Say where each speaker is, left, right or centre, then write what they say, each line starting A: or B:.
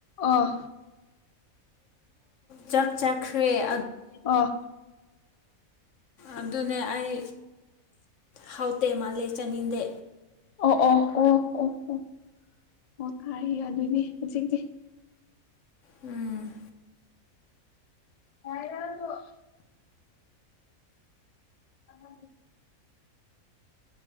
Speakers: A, on the left (about 75°); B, on the left (about 60°).
A: ꯑꯣ
B: ꯆꯥꯛ ꯆꯥꯈ꯭ꯔꯦ
A: ꯑꯣ
B: ꯑꯗꯨꯅ ꯑꯩ ꯍꯥꯎꯇꯧ ꯃꯥꯟꯇꯦ ꯆꯥꯅꯤꯡꯗꯦ
A: ꯑꯣ ꯑꯣ ꯑꯣ ꯑꯣ ꯑꯣ ꯑꯣ ꯇꯥꯏꯌꯦ ꯑꯗꯨꯗꯤ ꯍꯧꯖꯤꯛꯇꯤ
B: ꯎꯝ
A: ꯍꯥꯏꯔ <inaudible> ꯑ <inaudible>